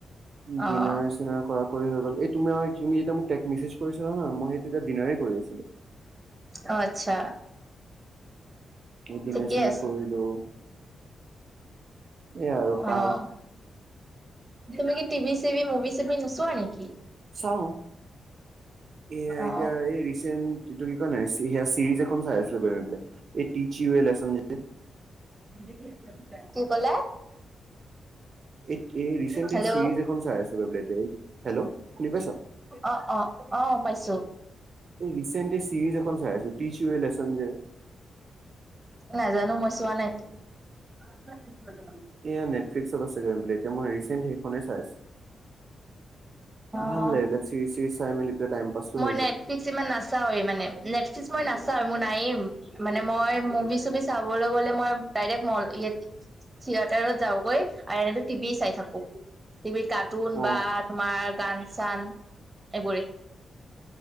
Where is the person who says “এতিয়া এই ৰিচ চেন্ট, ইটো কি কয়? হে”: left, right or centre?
Right